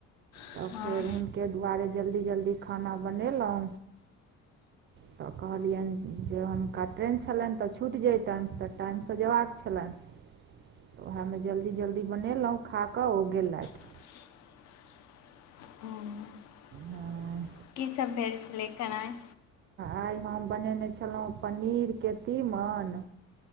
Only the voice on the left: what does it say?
हँ
हम्म
की सब भेल छलै कराय